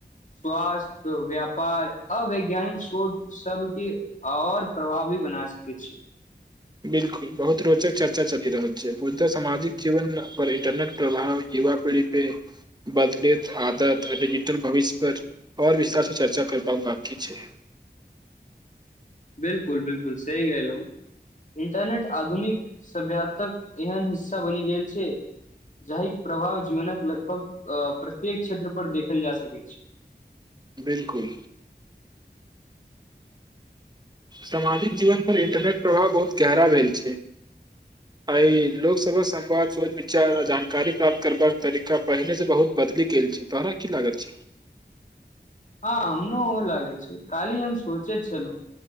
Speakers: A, on the left; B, on the right.
A: स्वास्थ व्यापार अवैज्ञानिक शोध सबके और प्रभावी बना सकै छी।
B: बिलकुल बहुत रोचक चर्चा चलि रहल छै मुदा सामाजिक जीवन पर इंटरनेट प्रभाव युवा पीढ़ी पे बदलैत आदत आ डिजिटल भविष्य पर आओर विस्तारसँ चर्चा करबाक बकी छै।
A: बिलकुल बिलकुल सहिी गेलँ इंटरनेट आधुनिक सभ्यातक एहन हिस्सा बनि गेल छै जाहि प्रभाव जीवनक लगभग प्रत्येक क्षेत्र पर देखल जा सकै छै।
B: बिलकुल। सामाजिक जीवनपर इंटरनेट प्रभाव बहुत गहरा भेल छै एहि लोकसभक संवाद सोच विचार आ जानकारी प्राप्त करबाक तरीका पहिनेसँ बहुत बदलि गेल छै तोरा की लागल छै।
A: हँ हमनो ओ लागै छै काली हम सोचे छलहु